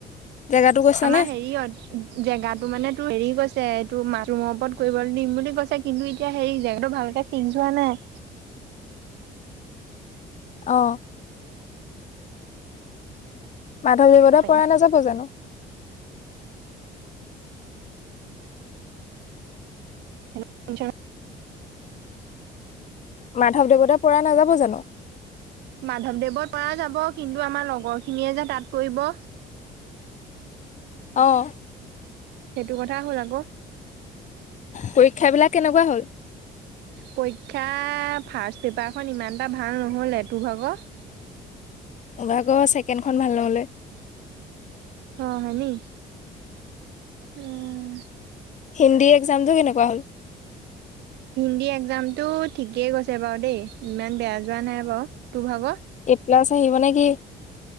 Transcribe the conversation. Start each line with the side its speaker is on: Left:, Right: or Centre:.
Left: জেগাতো কৈছানে?
Right: আমাৰ হেৰিয়ত। জেগাটো মানে, তোৰ হেৰি কৈছে, এইটো মাছৰুমৰ ওপৰত কৰি দিম বুলি কৈছে, কিন্তু এতিয়া হেৰি জেগাটো ভালকে ফিক্স হোৱা নাই।
Left: অ'। মাধৱদেৱতে
Right: পাৰিম
Left: পৰা নাযাব জানো।
Right: হেল্ল', শুনিছনে।
Left: মাধৱদেৱতে পৰা নাযাব জানো।
Right: মাধৱদেৱৰ পৰা যাব, কিন্তু আমাৰ লগৰখিনিয়ে যে তাত কৰিব।
Left: অ'।
Right: সেইটো কথা হ'ল আকৌ।
Left: পৰীক্ষা বিলাক কেনেকুৱা হ'ল?
Right: পৰীক্ষা ফাৰ্ষ্ট পেপাৰখন ইমান এটা ভাল নহ'লে, তোৰ ভাগৰ?
Left: মোৰ ভাগৰ ছেকেণ্ডখন ভাল নহ'লে।
Right: অ', হয় নি। উম।
Left: হিন্দী এক্সামটো কেনেকোৱা হ'ল?
Right: হিন্দী এক্সামটো ঠিকেই গৈছে বাৰু দেই, ইমান বেয়া যোৱা নাই বাৰু। তোৰ ভাগৰ?
Left: এ প্লাছ আহিব নে কি?